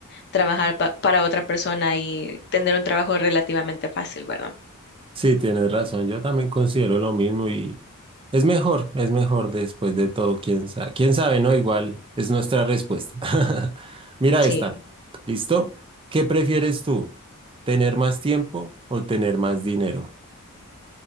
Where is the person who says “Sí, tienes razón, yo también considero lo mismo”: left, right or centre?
Right